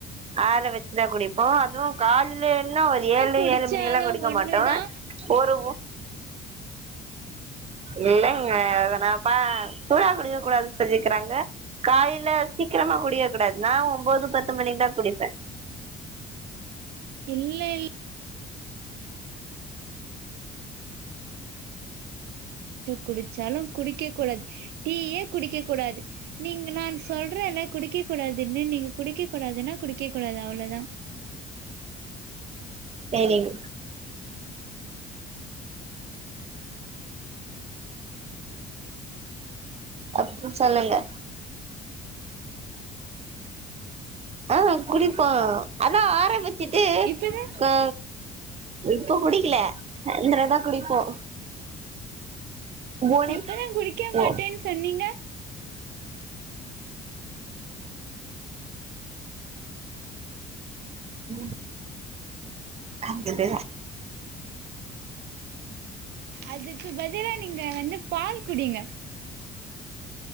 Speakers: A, on the right; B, on the right.
A: ஆற வச்சுதா குடிப்போ அதுவு கால்லே இன்னு ஒரு ஏழு
B: குடிச்சாலு
A: ஏழு மணி எல்லா குடிக்க
B: ஒண்ணுதா
A: மாட்டோ ஒரு இல்லைங்க அதுனாப்பா சூடா குடிக்க கூடாது செஞ்சிக்கிறாங்க காயில சீக்கிரமா குடியக் கூடாது நா ஒம்போது பத்து மணிக்தா குடிப்ப
B: இல்ல இல் குடிச்சாலு குடிக்கெக் கூடாது டீயே குடிக்கெக் கூடாது நீங்க நான் சொல்றேன்ல குடிக்கெ கூடாதுன்னு நீங்க குடிக்கெக் கூடாதுன்னா குடிக்கெக் கூடாது அவ்ளோதா
A: சேரிங் அப்பு சொல்லுங்க ஆ குடிப்போ அதா ஆரம்பிச்சுட்டு
B: இப்பதா
A: ஆ இப்போ குடிக்ல அந்தரதா குடிப்போ போனி
B: இப்பதா குடிக்கெ
A: ஓ
B: மாட்டேன் சொன்னீங்க
A: ம் அங்கத
B: அதுக்கு பதிலா நீங்க வந்து பால் குடிங்க